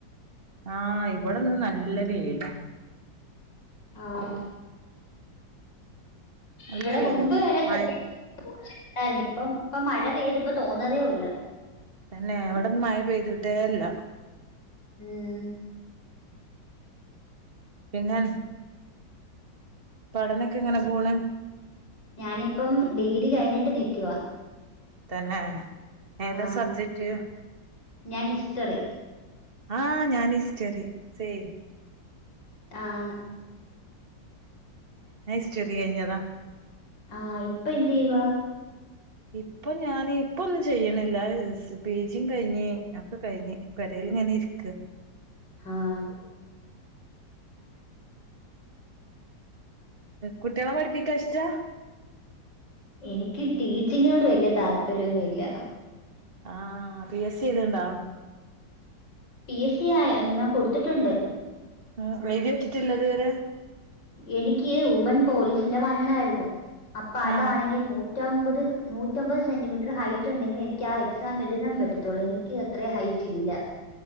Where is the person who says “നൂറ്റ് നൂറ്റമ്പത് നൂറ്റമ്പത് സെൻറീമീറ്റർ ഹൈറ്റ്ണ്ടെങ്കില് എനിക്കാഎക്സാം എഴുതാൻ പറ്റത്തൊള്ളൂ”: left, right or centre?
Left